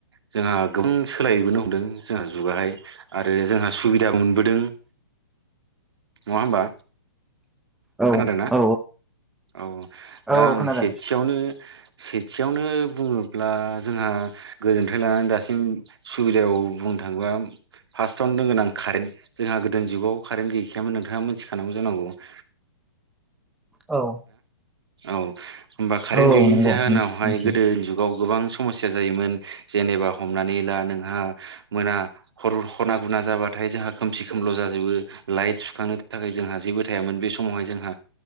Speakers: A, on the right; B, in the centre.
A: जोंहा गोबां सोलायबोनो हमदों जोंहा जुगाहाय आरो जोंहा सुबिदा सुबिदादा मोनबोदों नङा होमबा
B: औ
A: खोनादोंना
B: औ
A: औ
B: औ
A: दा आं
B: खोनादों
A: सेथियावनो सेथियावनो बुङोब्ला जोंहा गोजोननिफ्राय लानानै दासिम सुबिदायाव बुं थाङोबा फार्स्टआवनो दोनगोन आं कारेन्ट जोंहा गोदो जुगाव कारेन्ट गैखायामोन नोंथाङा मोनथिखानांगौ जानांगौ औ
B: औ
A: औ होमबा कारेन्ट
B: औ
A: गैयिनि
B: औ नंगौ
A: जाहोनावहाय
B: मिथियो
A: गोदो जुगाव गोबां समस्या जायोमोन जेनेबा हमनानै ला नोंहा मोना हरना गुर जाबाथाय जोंहा खोमसि खोमलाव जाजोबो लाइट सुखांनो थाखाय जोंहा जेबो थायामोन बे समावहाय जोंहा